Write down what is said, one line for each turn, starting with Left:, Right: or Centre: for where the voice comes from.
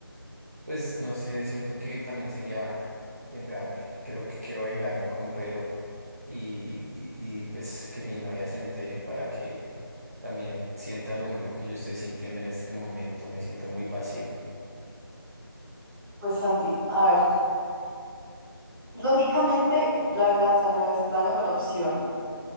Right: Pues no sé, siento que también sería vengarme. Creo que quiero vengarme con Pedro y, y, y, pues que mi novia se entere para que también sienta lo mismo que yo estoy sintiendo en este momento. Me siento muy vacío.
Centre: Pues Santi, a ver, lógicamente la venganza no es la mejor opción,